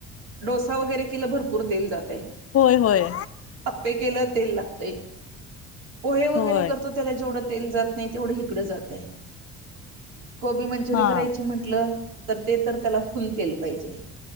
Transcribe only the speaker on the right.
डोसा वगैरे केलं भरपूर तेल जात.
आपे केलं तेल लागतय. पोहे वगैरे
करतो त्याला जेवढं तेल जात नाही तेवढं इकडं जात. कोबी मंचुरियन
करायची म्हंटलं तर ते तर त्याला फुल तेल पाहिजे.